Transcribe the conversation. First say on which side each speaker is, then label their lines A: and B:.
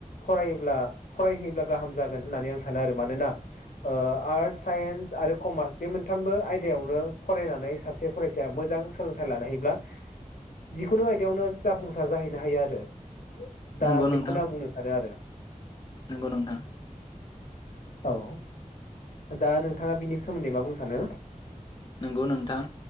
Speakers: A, on the left (about 80°); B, on the left (about 35°).
A: फरायोब्ला फरायहैयोब्ला गाहाम जागोन होननानै आं सानो आरो मानोना ओ आर्टस साइन्स आरो कमार्स बे मोनथामबो आयदायावनो फरायनानै सासे फरायसाया मोजां सोलोंथाइ लानो हायोब्ला जिखुनु आयदायावनो जाफुंसार जाहैनो हायोआरो दा
B: नंगौ
A: बेखौनो
B: नोंथां
A: आं बुंनो सानोआरो
B: नंगौ नोंथां
A: औ दा नोंथाङा बिनि सोमोन्दै मा बुंनो सानो?
B: नंगौ नोंथां